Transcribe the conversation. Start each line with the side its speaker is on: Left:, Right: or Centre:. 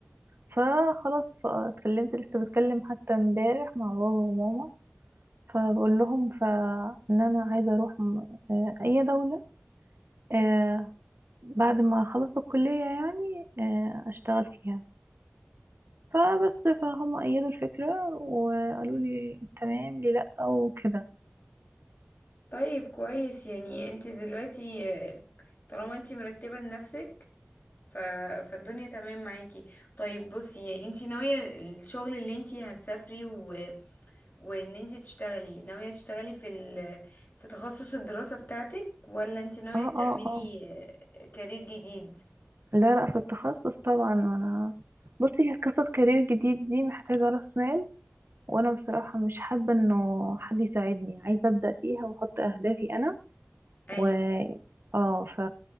Right: فخلاص فاتكلمت لسه بتكلم حتى امبارح مع بابا وماما فبقول لهم ف ان انا عايزه اروح م- آه، اي دوله آه، بعد ما خلصت الكليه يعني آه، اشتغل فيها فبس فهم ايدوا الفكره وقالوا لي تمام لي لا او كده
Left: طيب كويس يعني انت دلوقتي آه، طالما انت مرتبة لنفسك ف... فالدنيا تمام معاكي طيب بصي يعني انت ناوية الشغل اللي انت هتسافري و... وان انت تشتغلي ناوية تشتغلي في ال... في تخصص الدراسة بتاعتك ولا انت ناوية
Right: اه
Left: تعملي
Right: اه اه
Left: آه، كارير جديد
Right: لا لا في التخصص طبعا انا بصي قصة كارير جديد دي محتاجة راس مال وانا بصراحة مش حابة انه حد يساعدني عايزة ابدأ فيها واحط اهدافي انا
Left: ايوه
Right: و اه ف